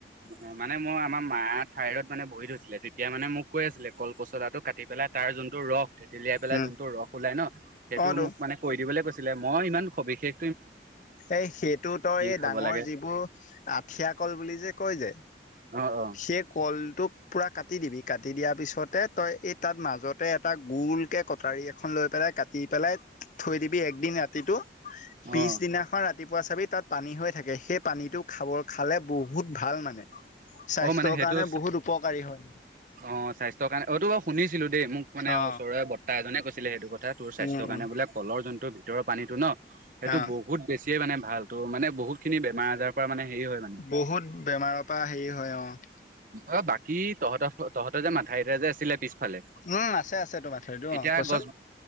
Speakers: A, on the right; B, on the left.
A: অ, মানে মই আমাৰ মা ঠাইত মানে বহি থৈছিলে তেতিয়া মানে মোক কৈ আছিলে কল পচলাটো কাটি পেল তাৰ যোনটো ৰস থেতিলিয়াই পেলাই
B: উম
A: যোনতটো ৰস ওলাই ন সেইটো
B: অ তো
A: মোক মানে কৈ দিবলৈ কৈছিলে মই ইমান সবিশেষ
B: এই সেইটো তই এই
A: খাব
B: ডাঙৰ
A: লাগে
B: যিবোৰ আঠিয়া কল বুলি যে কয় যে
A: অ অ
B: সেই কলটোক পুৰা কাটি দিবি কাটি দিয়াৰ পিছতে তই এই তাত মাজতে এটা গোল কে কটাৰী এখন লৈ পেলাই কাটি পেলাই থৈ দিবি একদিন ৰাতিটো
A: অ
B: পিছদিনাখন ৰাতিপুৱা চাবি তাত পানী হৈ থাকে সেই পানীটো খালে বহুত ভাল মানে। স্বাস্থ্যৰ
A: অ', মানে সেইটো
B: কাৰণে বহুত উপকাৰী হয়
A: অ', স্বাস্থ্যৰ কাৰণে অটো শুনিছিলো দেই মোক মানে
B: অ
A: ওচৰৰে বতা এজনে কৈছিলে সেইটো কথা তোৰ স্বাস্থ্যৰ
B: উম
A: কাৰণে
B: উম
A: বোলে কলৰ যোনটো টোৰ ভিতৰৰ পানীটো ন সেইটো
B: অ
A: বহুত বেছিয়ে মানে ভাল তো মানে বহুত খিনি বেমাৰ আজাৰৰ পৰা মানে হেৰি হয় মানে
B: বহুত বেমাৰৰ পৰা হেৰি হয় অ'।
A: অ', বাকী তহঁতৰ তহতে যে মাথাউৰিতটো যে আছিলে পিছ ফালে
B: উম আছে আছে তোমাৰ মাথাউৰিটো
A: এতিয়া
B: অ কচোন
A: গছ